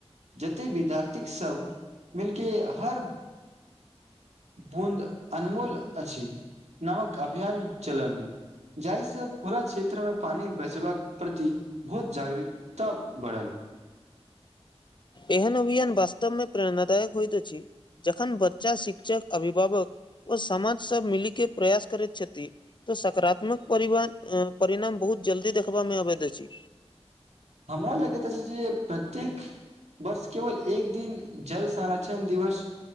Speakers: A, on the right; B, on the left.
A: जेते विद्यार्थी सब मिलके हर बूँद अनमोल अछि नामक अभियान चलल जाहिसँ पूरा क्षेत्रमें पानि बचबाक प्रति बहुत जागरूकता बढ़ल
B: एहन अभियान वास्तव में प्रेरणादायक होयइत अछि जखन बच्चा शिक्षक अभिभावक ओ समाज सब मिली के प्रयास करैत छथि तो सकारात्मकिव परिणाम बहुत जल्दी देखबामे अबैत अछि
A: हमरा लगैत अछि जे प्रत्येक बस केवल एक दिन जल संरक्षण दिवस